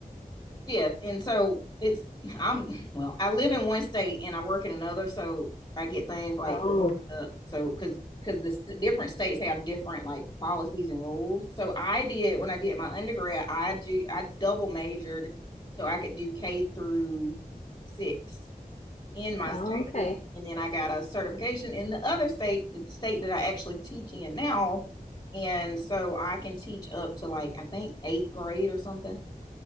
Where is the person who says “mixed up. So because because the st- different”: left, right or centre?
Left